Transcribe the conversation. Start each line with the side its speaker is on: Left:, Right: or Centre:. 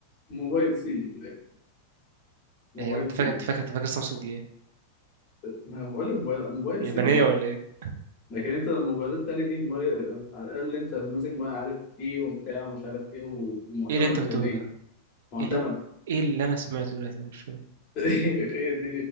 Left: موبايل صيني في الآخر. موبايل
Right: هي انت فاكر
Left: صيني
Right: انت فاكر انت فاكر سامسونج دي ايه
Left: ما أنا بقول لك موبايل موبايل
Right: يابانيه
Left: صيني
Right: ولا ايه
Left: لكن انت لما الموبايلات التانية دي موبايل على الأقل انت ماسك بقى عارف ايه وبتاع ومش عارف ايه ومعتمد
Right: ايه اللي انت بتقوله
Left: دوليا
Right: ده
Left: معتمد
Right: ايه اللي ايه اللي انا سمعته دلوقتي ده مش فاهم
Left: <laughs> ايه دي